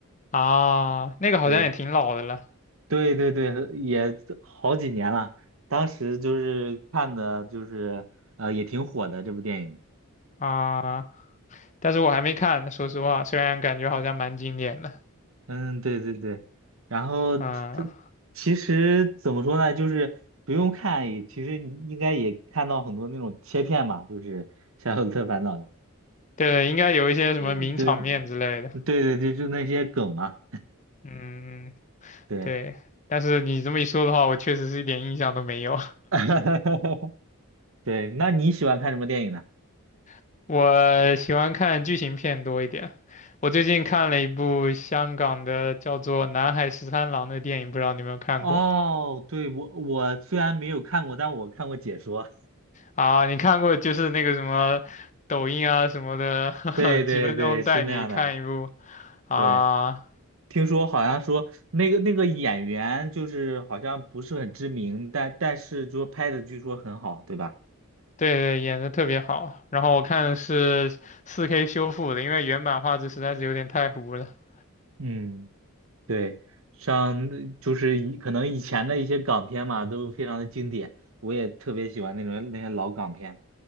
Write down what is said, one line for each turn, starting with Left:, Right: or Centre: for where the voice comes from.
Left: 啊，那个好像也挺老的了
Right: 对，对对对，也好几年了。当时就是看的，就是呃，也挺火的这部电影。
Left: 啊，但是我还没看呢，说实话，虽然感觉好像蛮经典的。
Right: 嗯，对对对。然后它它其实怎么说呢，
Left: 嗯，
Right: 就是不用看也，其实你应该也看到很多那种切片嘛，就是《夏洛特烦恼》的。
Left: 对，应该有一些什么名场面之类的。
Right: 嗯对对对对，就那些梗嘛。
Left: 嗯。
Right: 对，
Left: 对，但是你这么一说的话，我确实是一点印象都没有。
Right: <laughs> 对。那你喜欢看什么电影呢？
Left: <laughs> 我喜欢看剧情片多一点。我最近看了一部香港的叫做《南海十三郎》的电影，不知道你有没有看过
Right: 哦，对，我我虽然没有看过，但我看过解说。
Left: 啊？你看过就是那个什么抖音啊什么的，
Right: 对对对，
Left: <laughs> 几分钟带你看一部
Right: 是那样的。
Left: 啊？
Right: 对，听说好像说那个那个演员就是好像不是很知名，但但是就拍的据说很好，对吧？
Left: 对对，演的特别好。然后我看的是四 k 修复的，因为原版画质实在是有点太糊了。<laughs>
Right: 嗯，对，像就是以可能以前的一些港片嘛，都非常的经典，我也特别喜欢那种那些老港片。